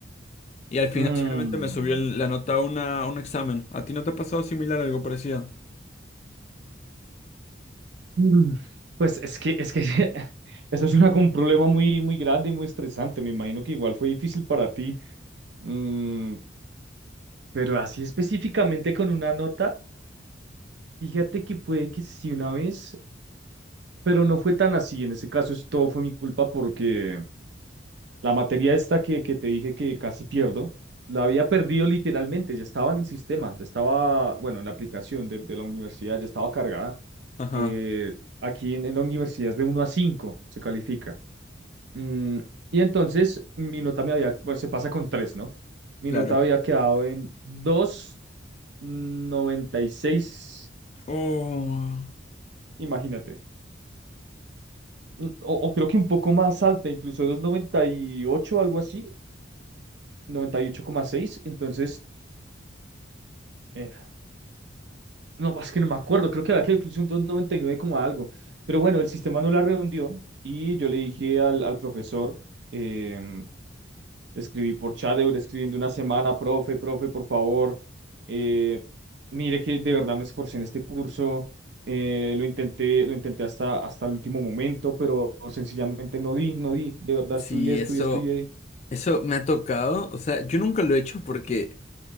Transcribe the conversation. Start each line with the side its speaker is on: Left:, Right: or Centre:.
Left: Y al final
Right: Mm.
Left: simplemente me subió el- la nota a una, a un examen. ¿A ti no te ha pasado similar algo parecido?
Right: Mm, Pues es que, es que <laughs> eso es una, un problema muy, muy grande y muy estresante. Me imagino que igual fue difícil para ti. Mm, pero así específicamente con una nota, fíjate que puede que sí una vez. Pero no fue tan así. En ese caso, sí todo fue mi culpa porque la materia esta que, que te dije que casi pierdo, la había perdido literalmente. Ya estaba en el sistema, ya estaba, bueno, en la aplicación de, de la universidad, ya estaba cargada.
Left: Ajá,
Right: Eh, aquí en, en la universidad es de uno a 5 se califica. Mm, y entonces mi nota me había, bueno, se pasa con tres ¿no? Mi
Left: claro.
Right: nota había quedado en dos noventa y seis
Left: Oh,
Right: imagínate. Mm, O, o creo que un poco más alta, incluso dos noventa y ocho algo así noventa y ocho coma seis Entonces, eh, no, es que no me acuerdo. Creo que había que incluso un 299 como algo. Pero bueno, el sistema no la redondeó y yo le dije al, al profesor, eh, escribí por chat, duré escribiendo una semana, profe, profe, por favor. eh, mire que de verdad me esforcé en este curso. eh, lo intenté, lo intenté hasta, hasta el último momento, pero sencillamente no di, no di. De verdad
Left: sí,
Right: estudié, estudié,
Left: eso.
Right: estudié
Left: Eso me ha tocado, o sea, yo nunca lo he hecho porque